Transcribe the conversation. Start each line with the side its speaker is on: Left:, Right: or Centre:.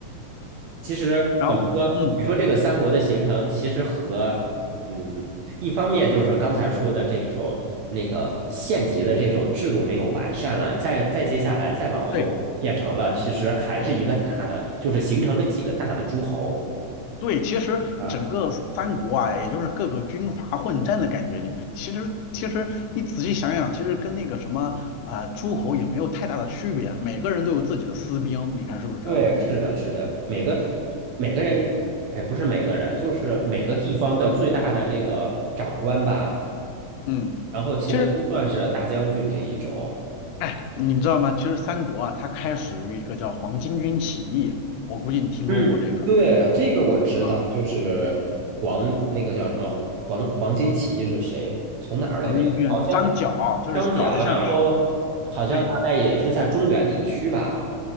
Right: 其实怎么说？
Left: 然后，嗯，
Right: 你说这个三国的形成，其实和嗯，一方面就是刚才说的这种那个县级的这种制度没有完善了，再再接下来再往后变成了，
Left: 对。
Right: 其实还是一个大的，就是形成了几个大的诸侯
Left: 对，其实整个三国啊，
Right: 啊。
Left: 也就是各个军阀混战的感觉。你不，其实其实你仔细想想，其实跟那个什么啊、呃诸侯也没有太大的区别啊，每个人都有自己的私兵，你看是不是啊？
Right: 对，是的，是的，每个每个人，哎，不是每个人，就是每个地方的最大的这个长官吧，
Left: 嗯，
Right: 然后其实都算是大将军这一种。
Left: 其实哎，你知道吗？其实三国啊，它开始于一个叫黄巾军起义，我估计你听说过这个
Right: 嗯对，这个我知道，
Left: 啊，
Right: 就是黄那个叫什么黄黄黄金奇义是谁？从哪儿来着？
Left: 黄巾军啊，
Right: 好像
Left: 就张角，就是搞得像是
Right: 张角，然后好像大概也是在中原地区吧。
Left: 对。